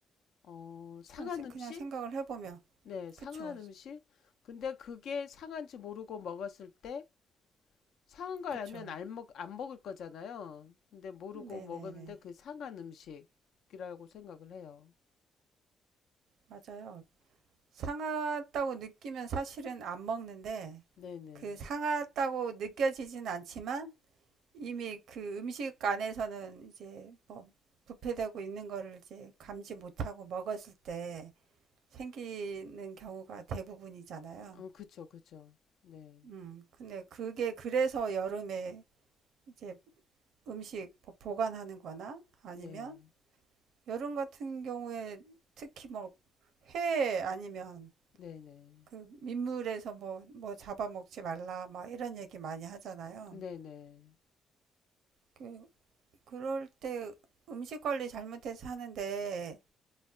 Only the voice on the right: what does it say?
그냥, 생-
그냥 생각을 해보면.
그쵸.
그쵸.
네네네.
맞아요. 상하다고 느끼면 사실은 안 먹는데,
그 상하다고 느껴지진 않지만, 이미 그 음식 안에서는 이제 뭐, 부패되고 있는 거를 이제 감지 못하고 먹었을 때 생기는 경우가 대부분이잖아요.
음, 근데 그게 그래서 여름에 이제 음식 뭐 보관하는 거나 아니면
여름 같은 경우에 특히 뭐 회 아니면
그 민물에서 뭐, 뭐 잡아먹지 말라, 막 이런 얘기 많이 하잖아요.
그, 그럴 때 음식 관리 잘못해서 하는데,